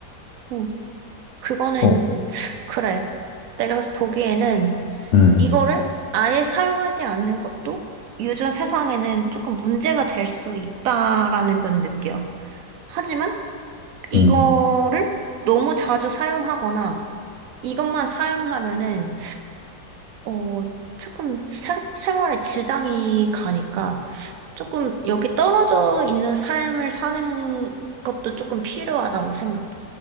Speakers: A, on the right; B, on the left.
A: 어, 그거는,
B: 어,
A: 그래. 내가 보기에는
B: 음,
A: 이거를 아예 사용하지 않는 것도 요즘 세상에는 조금 문제가 될 수 있다라는 건 느껴. 하지만 이거를
B: 음.
A: 너무 자주 사용하거나 이것만 사용하면은 어, 조금 사- 생활에 지장이 가니까 조금 여기 떨어져 있는 삶을 사는 것도 조금 필요하다고 생각해.